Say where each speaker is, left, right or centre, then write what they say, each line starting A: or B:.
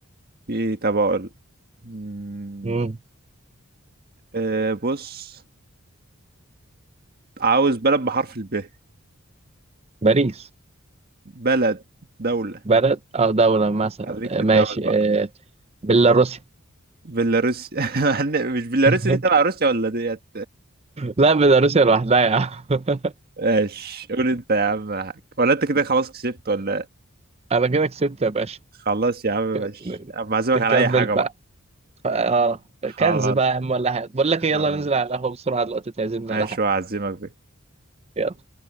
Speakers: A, on the right (about 45°); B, on the right (about 30°).
A: في طب أقول مم،
B: مم.
A: آه، بص عاوز بلد بحرف الب
B: باريس
A: بلد دولة
B: بلد اه دولة مثلا
A: خليك في
B: آه، ماشي
A: الدول بقى
B: آه بيلاروسيا
A: بيلاروسيا <laughs> مش بيلاروسيا
B: <laughs>
A: دي تبع روسيا ولا ديت
B: لا بيلاروسيا لوحدها يا عم <laughs>
A: ماشي قول انت يا عم حاج. ولا انت كده خلاص كسبت ولا إيه؟
B: انا كده كسبت يا باشا
A: خلاص يا عم ماشي
B: ن-
A: أما أعزمك
B: نكمل
A: على اي حاجة
B: بقى
A: بقى
B: ف- اه
A: خلاص
B: كنز بقى يا عم ولا حاجة بقول لك ايه
A: خلاص
B: يلا ننزل على القهوة بسرعة دلوقتي تعزمنا
A: ماشي
B: على حاجة
A: وأعزمك بك
B: يلا.